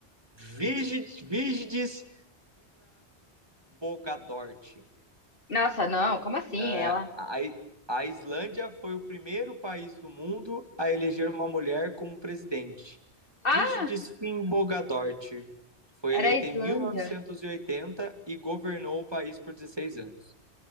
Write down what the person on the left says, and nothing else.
Nossa, não, como assim?
Ela.
Ah,
era
a Islândia.